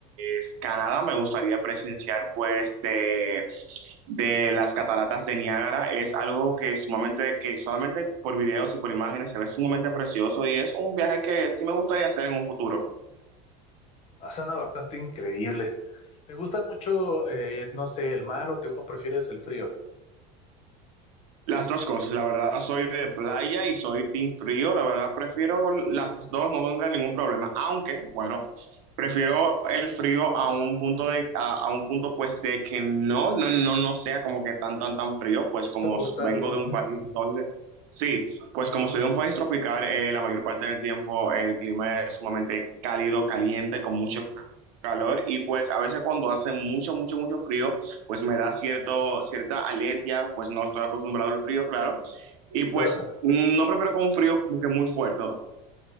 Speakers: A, on the right; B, on the left.
A: es Canadá. Me gustaría presenciar, pues, de, de las cataratas de Niágara. Es algo que es sumamente, que solamente por videos y por imágenes se ve sumamente precioso y es un viaje que sí me gustaría hacer en un futuro.
B: Ah, Suena bastante increíble. ¿Te gusta mucho, eh, no sé, el mar o, te- o prefieres el frío?
A: Las dos cosas, la verdad soy de playa y soy team frío, la verdad prefiero las dos, no tendré ningún problema, aunque bueno, prefiero el frío a un punto de a, a un punto pues de que no no no no sea como que tan tan tan frío, pues como
B: Soportable.
A: s- vengo de un país donde sí, pues como soy de un país tropical, eh, la mayor parte del tiempo el clima es sumamente cálido, caliente, con mucho calor y pues a veces cuando hace mucho, mucho, mucho frío, pues me da cierto, cierta alergia, pues no estoy acostumbrado al frío, claro, y pues
B: Ah,
A: mm, no prefiero con un frío como que muy fuerte.